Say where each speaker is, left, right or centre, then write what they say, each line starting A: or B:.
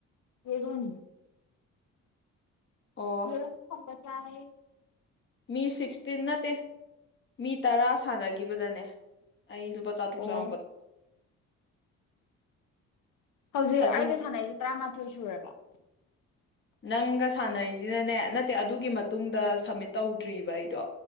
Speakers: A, on the left (about 80°); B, on the left (about 40°).
A: ꯐꯔꯨꯝ
B: ꯑꯣ
A: ꯌꯦꯔꯨꯝ ꯊꯣꯡꯒꯅꯤ ꯆꯔꯦ
B: ꯃꯤ ꯁꯤꯛꯁꯇꯤꯟ ꯅꯠꯇꯦ ꯃꯤ ꯇꯔꯥ ꯁꯥꯟꯅꯒꯤꯕꯗꯅꯦ ꯑꯩ ꯂꯨꯄꯥ ꯆꯥꯇ꯭ꯔꯨꯛ
A: ꯑꯣ
B: ꯆꯉꯛꯄꯗ
A: ꯍꯧꯖꯤꯛ
B: ꯑꯗꯨ
A: ꯑꯩꯒ ꯁꯥꯟꯅꯩꯁꯦ ꯇꯔꯥꯃꯥꯊꯣꯏ ꯁꯨꯔꯕꯣ
B: ꯅꯪꯒ ꯁꯥꯟꯅꯩꯖꯤꯅꯅꯦ ꯅꯠꯇꯦ ꯑꯗꯨꯒꯤ ꯃꯇꯨꯡꯗ ꯁꯃꯤꯠ ꯇꯧꯗ꯭ꯔꯤꯕ ꯑꯩꯗꯣ